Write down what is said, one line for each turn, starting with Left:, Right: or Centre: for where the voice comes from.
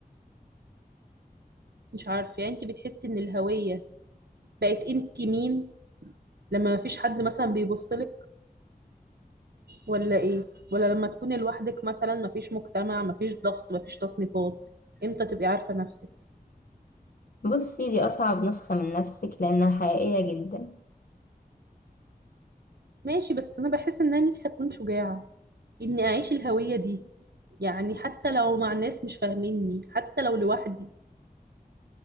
Right: مش عارفة يعني أنت بتحسي إن الهوية بقت أنت مين لما مفيش حد مثلا بيبصلك ولا ايه ولا لما تكوني لوحدك مثلا مفيش مجتمع مفيش ضغط مفيش تصنيفات امتى تبقي عارفة نفسك
Left: بصي دي أصعب نسخة من نفسك لأنها حقيقية جدا
Right: ماشي بس انا بحس ان انا نفسي اكون شجاعة اني اعيش الهوية دي يعني حتى لو مع ناس مش فاهميني حتى لو لوحدي